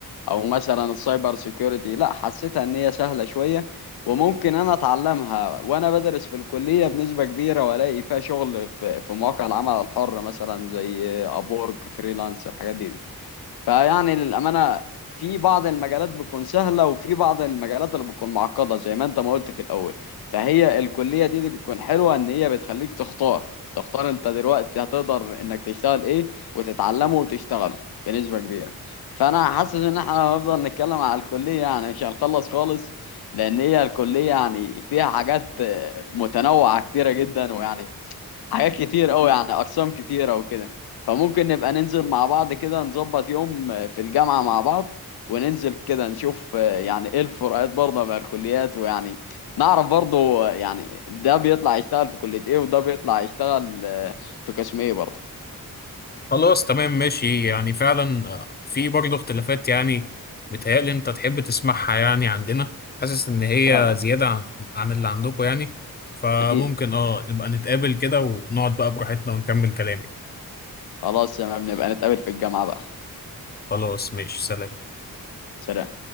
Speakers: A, on the left (about 85°); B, on the left (about 25°).
A: او مثلا السايبر سيكيورتي لا حسيتها ان هي سهله شويه وممكن انا اتعلمها وانا بدرس في الكليه بنسبه كبيره والاقي فيها شغل في في مواقع العمل الحر مثلا زي ابورك فريلانس الحاجات دي فيعني للأمانة في بعض المجالات بتكون سهلة وفي بعض المجالات اللي بتكون معقدة زي ما انت ما قلت في الأول فهي الكلية دي, دي بتكون حلوة ان هي بتخليك تختار تختار انت دلوقتي هتقدر انك تشتغل ايه وتتعلمه وتشتغله بنسبة كبيرة فانا حاسس ان احنا هنفضل نتكلم على الكلية يعني مش هنخلص خالص لان هي الكلية يعني فيها حاجات آه، متنوعة كتيرة جدا ويعني حاجات كتير قوي يعني اقسام كتيره وكده فممكن نبقى ننزل مع بعض كده نظبط يوم في الجامعه مع بعض وننزل كده نشوف يعني ايه الفروقات برضه بين الكليات ويعني نعرف برضه يعني ده بيطلع يشتغل في كليه ايه وده بيطلع يشتغل في قسم ايه برضه
B: خلاص تمام ماشي يعني فعلا آه، في برضه اختلافات يعني بيتهيألي أنت تحب تسمعها يعني عندنا حاسس إن هي
A: فعلا
B: زيادة عن عن اللي عندكم يعني فممكن
A: اكيد
B: اه نبقى نتقابل كده ونقعد بقى براحتنا ونكمل كلام يعني.
A: خلاص تمام نبقى نتقابل في الجامعه بقى
B: خلاص ماشي سلام
A: سلام